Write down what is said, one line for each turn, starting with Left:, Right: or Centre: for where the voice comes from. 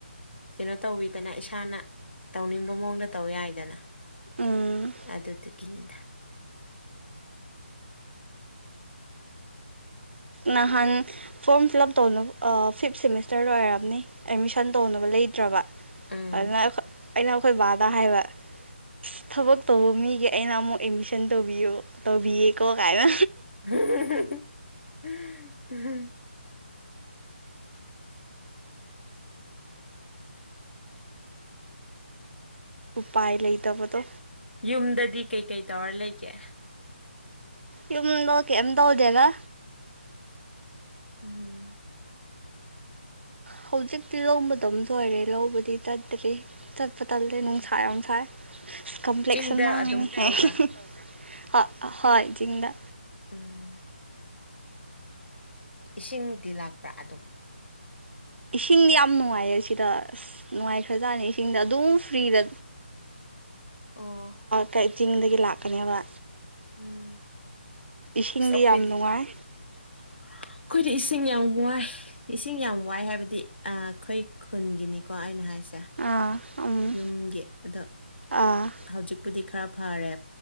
Left: ꯀꯩꯅꯣ ꯇꯧꯕꯤꯗꯅ ꯏꯁꯥꯅ ꯇꯧꯅꯤꯡꯕ ꯃꯑꯣꯡꯗ ꯇꯧ ꯌꯥꯏꯗꯅ
Right: ꯎꯝ
Left: ꯑꯗꯨꯗꯗꯨ ꯀꯗ
Right: ꯅꯍꯥꯟ ꯐꯣꯔꯝ ꯐꯤꯜ ꯑꯞ ꯇꯧꯅꯕ ꯐꯤꯞ ꯁꯦꯃꯤꯁꯇꯔ ꯂꯣꯏ ꯑꯣꯏꯔꯕꯅꯤ ꯑꯦꯠꯃꯤꯁꯟ ꯇꯧꯅꯕ ꯂꯩ ꯍꯩꯇ꯭ꯔꯕ
Left: ꯎꯝ
Right: ꯑꯗꯨꯅ ꯑꯩꯅ ꯑꯩꯈꯣꯏ ꯕꯥꯗ ꯍꯥꯏꯕ ꯑꯁ ꯊꯕꯛ ꯇꯧꯕ ꯃꯤꯒꯤ ꯑꯩꯅ ꯑꯃꯨꯛ ꯑꯦꯠꯃꯤꯁꯟ ꯇꯧꯕꯤꯌꯣ ꯇꯧꯕꯤꯌꯦꯀꯣ ꯀꯥꯏꯅ
Left: <inaudible>
Right: ꯎꯄꯥꯏ ꯂꯩꯇꯕꯗꯣ
Left: ꯌꯨꯝꯗꯗꯤ ꯀꯩꯀꯩ ꯇꯧꯔ ꯂꯩꯒꯦ
Right: ꯌꯗ ꯀꯝ ꯇꯧꯗꯦꯒ
Left: ꯎꯝ
Right: ꯍꯧꯖꯤꯛꯇꯤ ꯂꯧꯕꯗꯝ ꯁꯣꯏꯔꯦ ꯂꯧꯕꯗꯤ ꯆꯠꯇ꯭ꯔꯤ ꯆꯠꯄ ꯇꯠꯂꯦ
Left: ꯎꯝ
Right: ꯅꯨꯡꯁꯥ ꯌꯥꯝ ꯁꯥꯏ ꯑ ꯀꯝꯄ꯭ꯂꯦꯛꯁ
Left: ꯆꯤꯡꯗ
Right: ꯌꯥꯝ ꯃꯥꯡꯉꯅꯤ
Left: ꯑꯗꯨꯝ
Right: ꯍꯥꯏ
Left: ꯇꯧꯕ꯭ꯔꯥ
Right: ꯍꯣꯏ ꯖꯤꯡꯗꯥ
Left: ꯎꯝ ꯏꯁꯤꯡꯗꯤ ꯂꯥꯛꯄ꯭ꯔꯥ ꯑꯗꯨꯝ
Right: ꯏꯁꯤꯡꯗꯤ ꯌꯥꯝ ꯅꯨꯡꯉꯥꯏꯌꯦ ꯁꯤꯗ ꯑꯁ ꯅꯨꯡꯉꯥꯏꯈ꯭ꯔꯖꯥꯔꯅꯤ ꯏꯁꯤꯡꯗ ꯑꯗꯨꯝ ꯐ꯭ꯔꯤꯗ
Left: <unintelligible> ꯑꯣ
Right: ꯀ ꯆꯤꯡꯗꯒꯤ ꯂꯥꯛꯀꯅꯦꯕ
Left: ꯎꯝ
Right: ꯏꯁꯤꯡꯗꯤ
Left: ꯑꯁ ꯑꯩꯈꯣꯏꯗꯤ
Right: ꯌꯥꯝ ꯅꯨꯡꯉꯥꯏ
Left: ꯑꯩꯈꯣꯏꯗꯤ ꯏꯁꯤꯡ ꯌꯥꯝ ꯋꯥꯏ ꯏꯁꯤꯡ ꯌꯥꯝ ꯋꯥꯏ ꯍꯥꯏꯕꯗꯤ ꯑꯩꯈꯣꯏ ꯈꯨꯟꯒꯤꯅꯤꯀꯣ ꯑꯩꯅ ꯍꯥꯏꯁꯦ <unintelligible>
Right: ꯑꯥ ꯎꯝ
Left: ꯌꯨꯝꯒꯤ ꯑꯗ
Right: ꯑꯥ
Left: ꯍꯧꯖꯤꯛꯄꯨꯗꯤ ꯈꯔ ꯐꯔꯦ